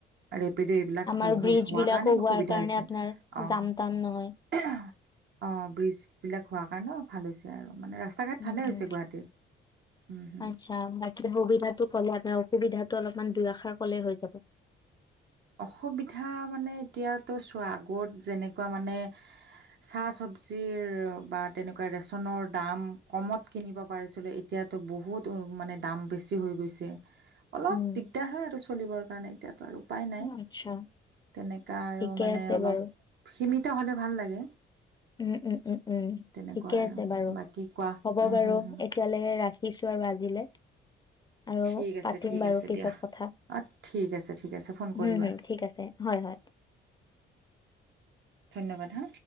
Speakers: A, on the right (about 60°); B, on the left (about 20°).
A: ৰেপ অ পি দি এইবিলাক
B: আমাৰ
A: হোৱাৰ
B: ব্ৰিজ বিলাকো
A: কাৰণে
B: হোৱাৰ
A: সুবিধা
B: কাৰণে
A: হৈছে
B: আপোনাৰ
A: অহ
B: যাম তাম নহয়।
A: অহ, ব্ৰিজ বিলাক হোৱাৰ কাৰণেও ভাল হৈছে আৰু মানে ৰাস্তা ঘাট
B: উম
A: ভালে
B: -
A: হৈছে
B: উম
A: গুৱাহাটীৰ উম হুম
B: আচ্ছা বাকী সুবিধাটো কলে আপোনাৰ সুবিধাটো অলপমান দুইআষাৰ কলেই হৈ যাব
A: অসুবিধা মানে এতিয়াতো চোৱা আগত যেনেকুৱা মানে চাহ - চবজিৰ বা তেনেকুৱা ৰেচনৰ দাম কমত কিনিব পাৰিছিলো এতিয়া এতিয়াতো বহুত মানে দাম বেছি হৈ গৈছে অলপ
B: উম।
A: দিগদাৰ হয় আৰু চলিবৰ কাৰণে এতিয়াতো আৰু উপায় নাই
B: আচ্ছা,
A: তেনেকা আৰু
B: ঠিকে
A: মানে
B: আছে
A: অলপ
B: বাৰু।
A: সীমিত হ'লে ভাল লাগে
B: উম -উম -উম -উম
A: তেনেকুৱা
B: ঠিকে
A: আৰু
B: আছে বাৰু
A: বাকী কোৱা
B: হ'ব
A: উম
B: বাৰু
A: হুম হুম
B: এতিয়ালৈ ৰাখি ৰাখিছোঁ আৰু আজিলে আৰু
A: ঠিক আছে
B: পাতিম
A: ঠিক
B: বাৰু
A: আছে
B: পিছত
A: দিয়া
B: কথা
A: অঁ ঠিক আছে ঠিক আছে ফোন কৰিবা
B: হম- হম ঠিক আছে হয়- হয়
A: ধন্যবাদ হা